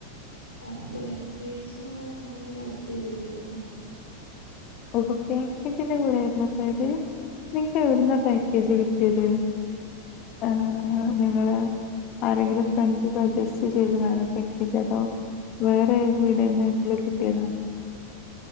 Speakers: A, on the left; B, on the left.
A: ആ പാക്കേജ് പറഞ്ഞാലേ അടിപൊളിയായിരുന്നു.
B: ഓഹ് ഓഹ് പാക്കേജിന്റെ കൂടെയായിരുന്നു പോയത് നിങ്ങക്ക് എവിടുന്നാ പാക്കേജ് കിട്ടിയത് ഏ നിങ്ങള് ആരെങ്കിലും ഫ്രണ്ട്സ് സജസ്റ്റ് ചെയ്തതാണോ പാക്കേജ് അതോ വേറെ എവിടുന്നെങ്കിലും കിട്ടിയതാണോ?